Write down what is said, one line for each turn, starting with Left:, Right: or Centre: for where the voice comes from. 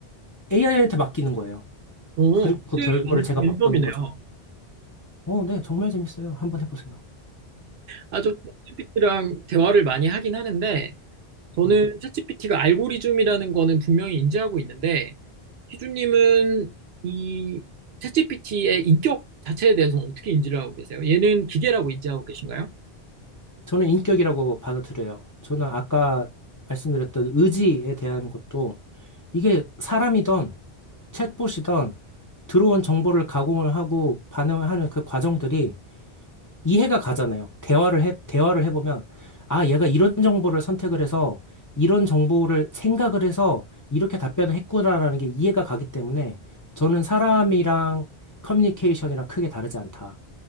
Left: AI한테 맡기는 거예요.
Right: 오,
Left: 그리고 그
Right: 굉장히
Left: 결과를
Right: 랜-
Left: 제가
Right: 랜덤이네요.
Left: 맛보는 거죠. 어, 네, 정말 재밌어요. 한번 해보세요.
Right: 아저 GPT랑 대화를 많이 하긴 하는데 저는
Left: 네.
Right: 챗GPT가 알고리즘이라는 거는 분명히 인지하고 있는데, 희준님은 이 챗GPT의 인격 자체에 대해서는 어떻게 인지를 하고 계세요? 얘는 기계라고 인지하고 계신가요?
Left: 저는 인격이라고 받아들여요. 저는 아까 말씀드렸던 의지에 대한 것도 이게 사람이든 챗봇이든 들어온 정보를 가공을 하고 반응을 하는 그 과정들이 이해가 가잖아요. 대화를 해, 대화를 해보면, 아, 얘가 이런 정보를 선택을 해서 이런 정보를 생각을 해서 이렇게 답변을 했구나라는 게 이해가 가기 때문에 저는 사람이랑 커뮤니케이션이랑 크게 다르지 않다.